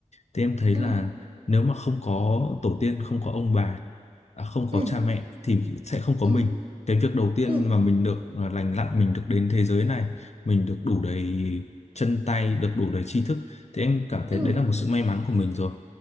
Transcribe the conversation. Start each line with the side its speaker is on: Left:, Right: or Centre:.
Left: thì em thấy
Right: ừ,
Left: là nếu mà không có tổ tiên không có ông bà à, không
Right: ừ,
Left: có cha mẹ thì sẽ không có
Right: ừ,
Left: mình cái việc đầu tiên
Right: ừ,
Left: mà mình được à, lành lặn mình được đến thế giới này mình được đủ đầy chân tay được đủ đầy tri thức thì em cảm thấy
Right: ừ,
Left: đấy là một sự may mắn của mình rồi